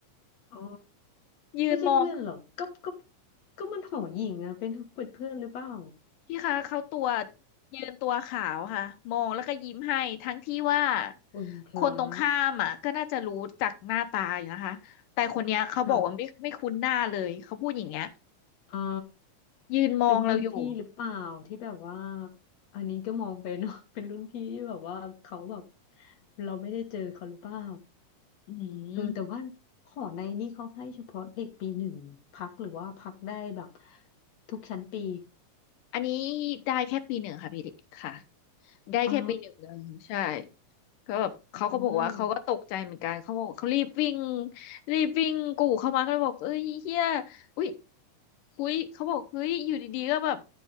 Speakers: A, on the left (about 55°); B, on the left (about 75°).
A: อ๋อ
B: ยืนมอง
A: ไม่ใช่เพื่อนหรอก็ก็ก็มันหอหญิงอะเป็นเป็นเพื่อนหรือเปล่า
B: พี่คะเขาตัวยืนตัวขาวค่ะมองแล้วก็ยิ้มให้ทั้งที่ว่า
A: คุณพระ
B: คนตรงข้ามอ่ะก็น่าจะรู้จักหน้าตาอยู่นะคะแต่คนเนี้ยเขาบอกว่าไม่ไม่คุ้นหน้าเลยเขาพูดอย่างเงี้ย
A: ค่ะอ่า
B: ยืนมองเราอยู่
A: เป็นรุ่นพี่หรือเปล่าที่แบบว่าอันนี้ก็มองไปเนาะ <laughs> เป็นรุ่นพี่ที่แบบว่าเขาแบบเราไม่ได้เจอเขาหรือเปล่า
B: อืม
A: เออแต่ว่าหอในนี่เขาให้เฉพาะเด็กปีหนึ่งพักหรือว่าพักได้แบบทุกชั้นปี
B: อันนี้ได้แค่ปีหนึ่งค่ะพี่เด็กค่ะ ได้แค่ปีหนึ่งเองใช่
A: อ๋อ
B: ก็แบบเขาก็บอกว่าเขาก็ตกใจเหมือนกันเขาบอกเขารีบวิ่ง
A: อืม
B: รีบวิ่งกูเข้ามาก็เลยบอกเอ้ยเฮียอุ้ยอุ้ยเขาบอกเฮ้ยอยู่ดีๆก็แบบ